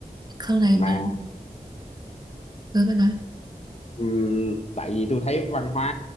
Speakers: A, on the right; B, on the left.
A: sau này
B: mà
A: mà với bạn nói
B: Ừm, tại vì tôi thấy văn hóa